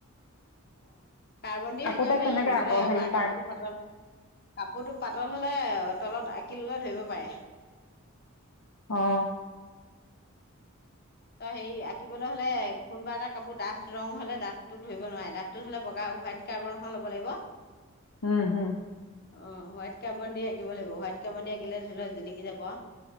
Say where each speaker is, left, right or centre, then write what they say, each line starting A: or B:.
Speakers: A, on the left; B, on the left.
A: কাৰ্বন দি ৰাখিব
B: আকৌ তাই
A: পাৰি
B: কেনেকৈ
A: নহলে
B: আকৌ হেৰি
A: কাপোৰটো
B: কাৰ
A: পাতল কাপোৰটো পাতল হল তলত আঁকি ললে ধৰিব পাৰে
B: অ অ
A: তই সেই আঁকিবলৈ হলে কোনোবা এটা কাপোৰ ডাঠ ৰং হলে ডাঠটো ধৰিব নোৱাৰে ডাঠটো ধলে বগা হোৱাইট কাৰ্বাৰখন ল'ব লাগিব
B: উম হম
A: অ হোৱাইট কাবন দি আঁকিব লাগিব হোৱাইট কাবন দি আকিলে ধৰি লওক জিলিকি যাব